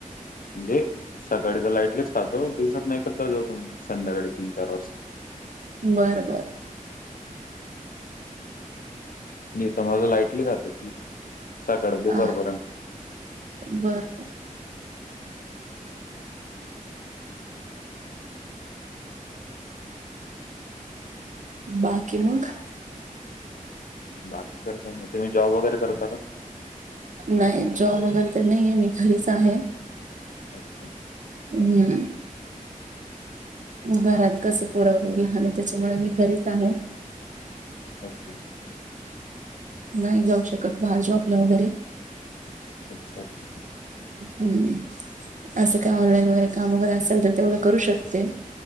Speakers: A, on the left (about 80°); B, on the right (about 60°).
A: म्हणजे सकाळी तर लाईटलीच खातो. दिवसात नाही, एक द देऊ तुम्ही संध्याकाळी तीन चार वाजता.
B: बरं बर.
A: नाही तर माझ लाईटली जात, ती सकाळ दुपारपर्यंत.
B: आ बर. बाकी मग.
A: बाकी सर का नाही तुम्ही, जॉब वगैरे करता का?
B: नाही जॉब वगैरे तर नाही, आहे मी घरीच आहे.
A: अच्छा.
B: हम्म. घरात कसं पुरवलेल आणि त्याच्यामुळे मी घरीच आहे.
A: ओकेे.
B: नाही जाऊ शकत, बाहेर जॉबला वगैरे
A: अच्छा अच्छा.
B: हम् असं काय ऑनलाईन वगैरे काम वगैरे, असेल तर तेमुळे करू शकत.